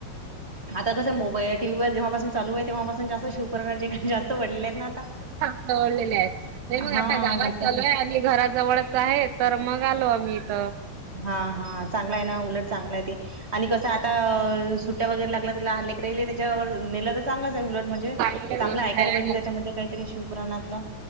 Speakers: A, on the right (about 25°); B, on the right (about 80°).
A: आता कसं मोबाईल टीव्हीवर जेव्हापासून चालू हाय तेव्हा पासून जास्त शिवपुराणाचे जास्त वाढले आहेत ना आता
B: दाखवलेले आहेत, नाही मग
A: हा
B: आता गावात
A: जास्त
B: चालू हाय आणि घराजवळच आहे, तर मग आलो आम्ही इथ.
A: हा, हा चांगला हाय ना, उलट चांगल हाय ते आणि कसं आता, सुट्या वगैरे लागल्या तर लहानल्या लेकर राहिले त्याच्यावर नेलं तर चांगलंच हाय उलट म्हणजे.
B: चांगली
A: चांगलं
B: गोष्ट
A: ऐकायला
B: आहे
A: भेटंत
B: आणि
A: त्याच्यामध्ये काहीतरी शिव पुराणातलं.